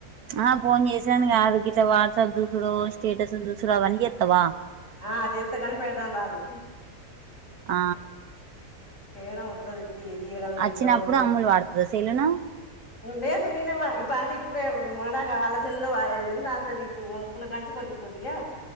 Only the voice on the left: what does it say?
ఆ చేత్తగాని పెట్టడం రాదు
చేయడం వత్తది తీ తీయడం చూడ్డం
అన్నీ
లేదు నేనే వ పాట ఇప్పుడే మొన్నట్ దాకా వాళ్ళ సెల్లో పడేది నా ఇప్పుడు కొనుకున్న కంచి కొద్ది కొద్దిగా